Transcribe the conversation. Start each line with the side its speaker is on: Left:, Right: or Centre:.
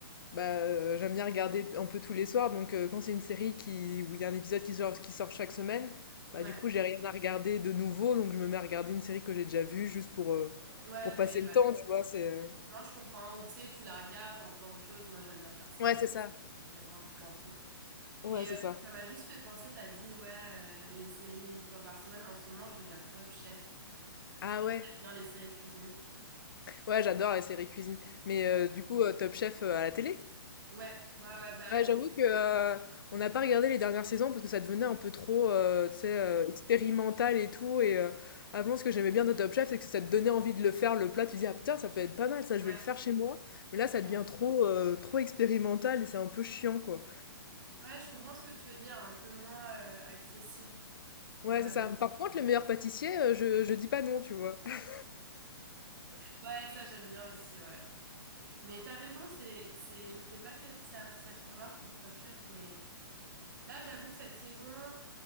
Left: Bah, heu, j'aime bien regarder un peu tous les soirs, donc heu, quand c'est une série qui où il y a un épisode qui sort qui sort chaque semaine,
Right: ouais,
Left: bah, du coup, j'ai rien à regarder de nouveau, donc je me mets à regarder une série que j'ai déjà vue juste pour, heu,
Right: ouais,
Left: pour
Right: ok,
Left: passer le
Right: ouais.
Left: temps, tu vois? C'est
Right: Non, je comprends. Ou tu sais, tu la regardes en faisant autre chose. Moi, j'aime bien faire ça,
Left: ouais, c'est ça.
Right: mettre un truc en fond.
Left: Ouais,
Right: Et
Left: c'est
Right: euh,
Left: ça.
Right: ça m'a juste fait penser, t'as dit, ouais, euh, les séries une fois par semaine. En ce moment, je regarde Top Chef.
Left: Ah
Right: Je sais pas si
Left: ouais?
Right: t'aimes bien les séries de cuisine.
Left: Ouais, j'adore les séries cuisine. Mais
Right: Ouais.
Left: heu, du coup, heu, Top Chef, heu, à la télé?
Right: Ouais, ouais, ouais, bah,
Left: Ouais, j'avoue que, heu, on n'a pas regardé les dernières saisons parce que ça devenait un peu trop, heu, tu sais, heu, expérimental et tout et heu, avant ce que j'aimais bien de Top Chef, c'est que ça te donnait envie de le faire le plat, tu dis: «Ah putain, ça peut être pas mal ça,
Right: ouais,
Left: je vais le faire chez moi». Mais là, ça
Right: ouais.
Left: devient trop, heu, trop expérimental et c'est un peu chiant, quoi.
Right: Ouais, je comprends ce que tu veux dire, un peu moins euh, accessible.
Left: Ouais,
Right: Euh,
Left: c'est ça. Par contre, le meilleur pâtissier, heu, je je dis pas non, tu vois? <laughs>
Right: ouais, ça, j'aime bien aussi, ouais. Mais t'as raison, c'est, c'est, je m'étais pas fait ça- cette remarque pour Top Chef, mais Là, j'avoue que cette saison,